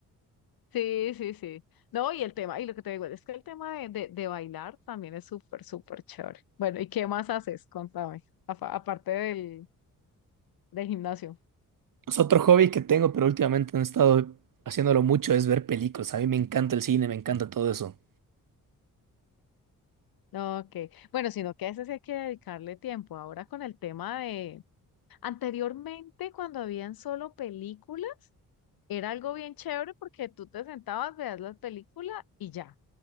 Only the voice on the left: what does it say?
Sí, sí, sí. No, y el tema, y lo que te digo es que el tema de, de, de bailar también es súper, súper chévere. Bueno, ¿y qué más haces? Contame, afa- aparte del, del gimnasio.
No, Ok, bueno, sino que a ese sí hay que dedicarle tiempo. Ahora con el tema de... Anteriormente, cuando habían solo películas, era algo bien chévere porque tú te sentabas, veías la película y ya.